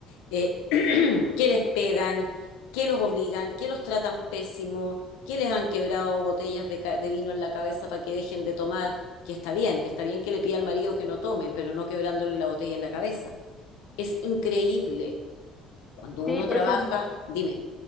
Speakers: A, on the left; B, on the left.
A: eh, qué les pegan, qué los obligan, qué los tratan pésimo, qué les han quebrado botellas de, ca- de vino en la cabeza para que dejen de tomar, que está bien, está bien que le pida al marido que no tome, pero no quebrándole la botella en la cabeza. Es increíble. Cuando uno
B: Sí, por
A: trabaja,
B: ejemplo,
A: dime.